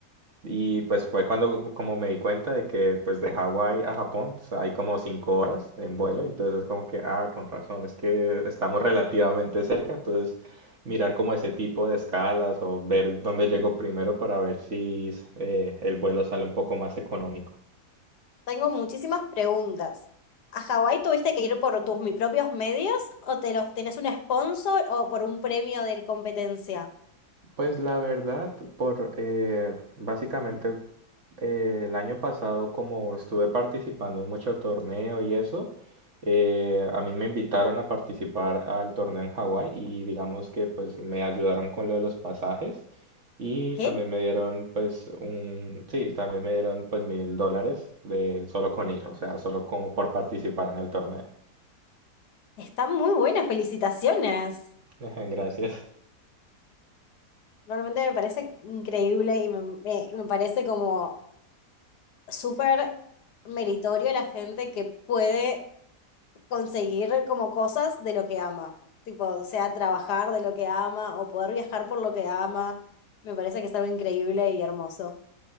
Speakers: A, on the right; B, on the left.
A: Y pues fue cuando como me di cuenta de que pues de Hawái a Japón pues, hay como cinco horas en vuelo, entonces como que, ah, con razón, es que estamos relativamente cerca, entonces mirar como ese tipo de escalas o ver dónde llego primero para ver si eh, el vuelo sale un poco más económico.
B: Tengo muchísimas preguntas. ¿A Hawái tuviste que ir por tus mi- propios medios o te los tenés un sponsor o por un premio de competencia?
A: Pues la verdad, por eh, básicamente eh, el año pasado, como estuve participando en mucho torneo y eso, eh, a mí me invitaron a participar al torneo en Hawái y digamos que pues me ayudaron con lo de los pasajes y
B: ¿Qué?
A: también me dieron pues un, sí, también me dieron pues mil dólares de solo con ir, o sea, solo como por participar en el torneo.
B: Está muy buena, felicitaciones.
A: <laughs> Gracias.
B: Realmente me parece increíble y me, me- me parece como súper meritorio la gente que puede conseguir como cosas de lo que ama. Tipo, sea trabajar de lo que ama o poder viajar por lo que ama. Me parece que es algo increíble y hermoso.